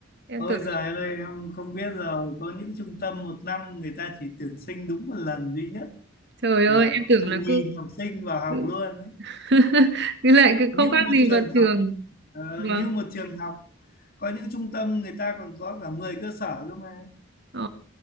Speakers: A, on the right (about 60°); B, on the left (about 50°).
A: Em
B: ôi
A: tưởng
B: giời ơi em không biết rồi có những trung tâm một năm người ta chỉ tuyển sinh đúng một lần duy nhất
A: trời
B: mà
A: ơi, em
B: có
A: tưởng
B: hàng
A: là
B: nghìn
A: cứ
B: học sinh vào học
A: cứ
B: luôn ấy.
A: <laughs> cứ lại cứ
B: như
A: không khác
B: một
A: gì
B: trường
A: vào
B: học
A: trường.
B: ờ,
A: Vâng.
B: như một trường học có những trung tâm người ta còn có cả 10 cơ sở cơ mà
A: Ờ,